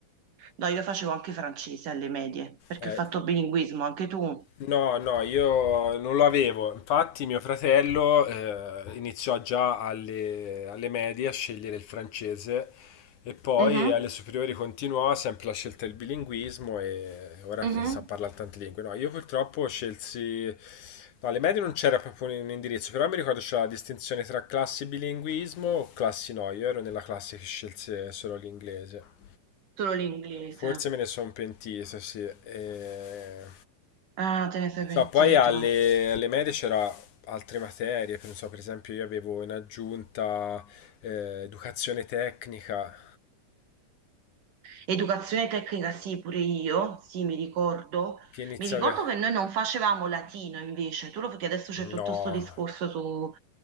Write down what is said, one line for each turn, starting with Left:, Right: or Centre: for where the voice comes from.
Right: No, io facevo anche francese alle medie, perché
Left: Eh,
Right: ho fatto bilinguismo, anche tu.
Left: No, no, io non lo avevo. Infatti, mio fratello eh, iniziò già alle, alle medie a scegliere il francese e poi
Right: Mhm,
Left: alle superiori continuò sempre la scelta del bilinguismo e ora
Right: mhm.
Left: sa, sa parlare tante lingue. No, io purtroppo scelsi. No, alle medie non c'era proprio un indirizzo, però mi ricordo c'era la distinzione tra classi bilinguismo o classi no. Io ero nella classe che scelse solo l'inglese.
Right: Solo l'inglese.
Left: Forse me ne sono pentito, sì. E...
Right: Ah, te ne sei
Left: So,
Right: pentito.
Left: poi alle, alle medie c'era altre materie, non so, per esempio io avevo in aggiunta eh, educazione tecnica
Right: Educazione tecnica, sì, pure io, sì, mi ricordo.
Left: che iniziava...
Right: Mi ricordo che noi non facevamo latino invece, tu lo perché adesso c'è tutto
Left: No,
Right: questo discorso su...